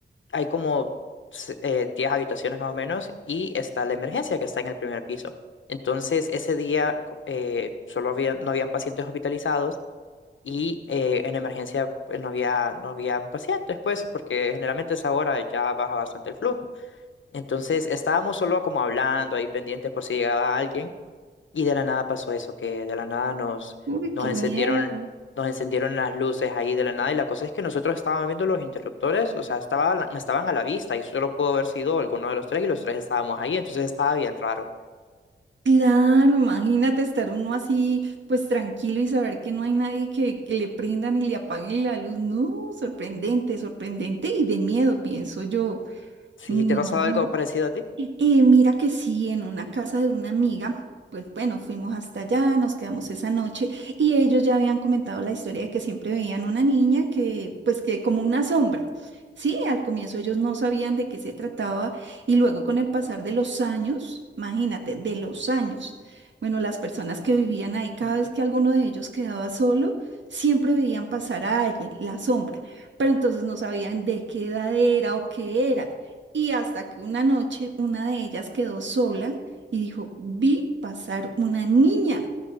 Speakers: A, on the left (about 75°); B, on the right (about 70°).
A: hay como se- eh, 10 habitaciones más o menos y está la emergencia que está en el primer piso. Entonces, ese día co- eh, solo había, no habían pacientes hospitalizados y eh, en emergencia pues, no había, no había pacientes, pues, porque generalmente a esa hora ya baja bastante el flujo. Entonces, estábamos solo como hablando ahí pendientes por si llegaba alguien. Y de la nada pasó eso, que de la nada nos,
B: Uy,
A: nos
B: qué
A: encendieron,
B: miedo.
A: nos encendieron las luces ahí de la nada. Y la cosa es que nosotros estábamos viendo los interruptores, o sea, estaba, a la- estaban a la vista y solo pudo haber sido alguno de los tres y los tres estábamos ahí, entonces estaba bien raro.
B: Claro, imagínate estar uno así, pues tranquilo y saber que no hay nadie que, que le prendan y le apaguen la luz. No, sorprendente, sorprendente y de miedo, pienso yo.
A: ¿Sí
B: No.
A: te ha pasado algo parecido a ti?
B: Eh, mira que sí, en una casa de una amiga, pues bueno, fuimos hasta allá, nos quedamos esa noche y ellos ya habían comentado la historia de que siempre veían una niña que, pues que como una sombra. Sí, al comienzo ellos no sabían de qué se trataba y luego con el pasar de los años, imagínate, de los años, bueno, las personas que vivían ahí, cada
A: Ujú.
B: vez que alguno de ellos quedaba solo, siempre veían pasar a alguien, la sombra, pero entonces no sabían de qué edad era o qué era. Y hasta que una noche una de ellas quedó sola y dijo, vi pasar una niña.